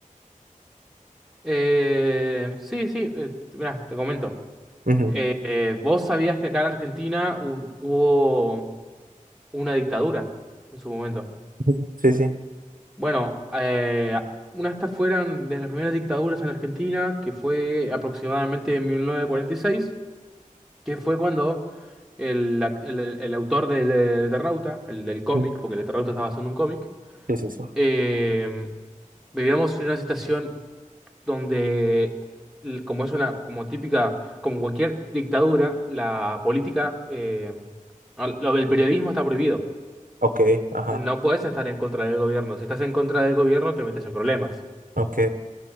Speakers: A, in the centre; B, on the right (about 80°).
A: Eh, sí, sí, eh, mirá, te comento.
B: Ujú.
A: Eh, eh, ¿vos sabías que acá en Argentina hu- hubo una dictadura en su momento?
B: Ujú. Sí, sí.
A: Bueno, eh, una de estas fueron de las primeras dictaduras en Argentina, que fue aproximadamente en mil novecientos cuarenta y seis. que fue cuando el, ac- el- el autor del del Eternauta, el del cómic,
B: Mm.
A: porque el Eternauta estaba haciendo un cómic,
B: Sí, sí, sí.
A: eh, vivíamos en una situación donde, l- como es una, como típica, como cualquier dictadura, la política, eh, al- lo del periodismo está prohibido.
B: Ok, ajá.
A: No puedes estar en contra del gobierno. Si estás en contra del gobierno, te metes en problemas.
B: Ok,